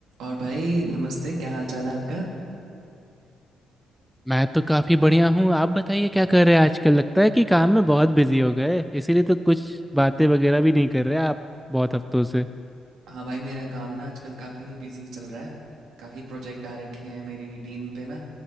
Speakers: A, on the right; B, in the centre.
A: और भाई नमस्ते क्या हाल चाल है आपका
B: मैं तो काफी बढ़िया हूँ आप बताइए क्या कर रहे हैं आजकल लगता है कि काम में बहुत बिजी हो गए इसीलिए तो कुछ बातें वगैरह भी नहीं कर रहे आप बहुत हफ्तों से
A: हाँ भाई मेरा काम ना आजकल काफ़ी बिजी चल रहा है काफ़ी प्रोजेक्ट आ रखे हैं मेरी टीम पे ना